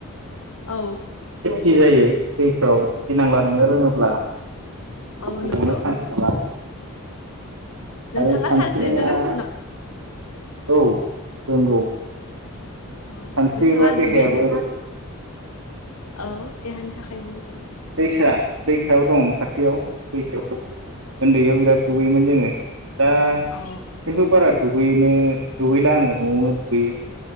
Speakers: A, on the left; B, on the right.
A: औ
B: <inaudible> जायो। दैफ्राव गिनांला नोङो रोङोब्ला
A: औ
B: गबनो
A: नंगौ
B: चान्स थाला।
A: नोंथाङा
B: आरो सानस्रिनाया।
A: सानस्रिनो रोंगौ
B: औ रोंगौ।
A: नामा औ
B: सानस्रियोबा
A: नोंथाङा
B: देहायाबो।
A: दुगै औ देहानि थाखायबो मोजां।
B: दैसा दैसायाव दं खाथियाव दैसायाव ओनदैयाव बिराद दुगैयोमोन जोङो। दा खिन्थु
A: औ
B: बारा दुगैनो दुगैला आङो न'आवनो दुगैयो।